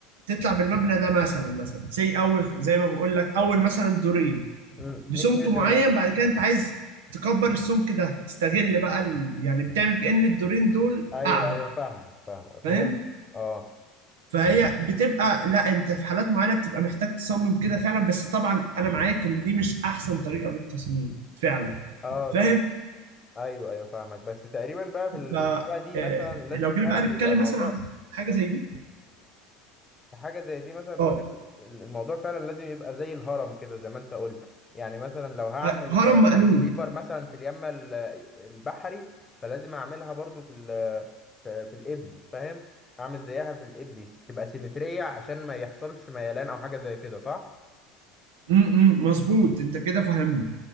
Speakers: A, on the right; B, on the left.
A: تطلع بالمبنى ده مثلا مثلا زي اول زي ما بقول لك اول مثلا دورين
B: امم
A: بسمك
B: 100 متر
A: معين
B: مثلا
A: بعد كده انت عايز تكبر السمك ده تستغل بقى ال... يعني بتعمل كأن الدورين دول
B: ايوه
A: قاعده
B: ايوه فاهمك فاهمك
A: فاهم
B: فهمت اه
A: فهي بتبقى لا انت في حالات معينه بتبقى محتاج تصمم كده فعلا بس طبعا انا معاك ان دي مش احسن طريقه للتصميم فعلا
B: اه طبعا
A: فاهم
B: ايوه ايوه فاهمك بس تقريبا بقى في ال-
A: ف
B: في الحاله دي
A: آه،
B: مثلا لازم
A: لو جينا
B: فعلا
A: بقى نتكلم
B: يبقى الموضوع
A: مثلا عن حاجه زي دي
B: في حاجه زي دي مثلا بقول
A: اه
B: لك ال- الموضوع فعلا لازم يبقى زي الهرم كده زي ما انت قلت يعني مثلا لو هعمل
A: آه، هرم مقلوب
B: كانتليفر مثلا في اليمن ال- البحري فلازم اعملها برضو في ال في في القبلي فاهم اعمل زيها في القبلي تبقى سيمتريه عشان ما يحصلش ميلان او حاجه زي كده صح
A: امم مظبوط انت كده
B: مم.
A: فهمني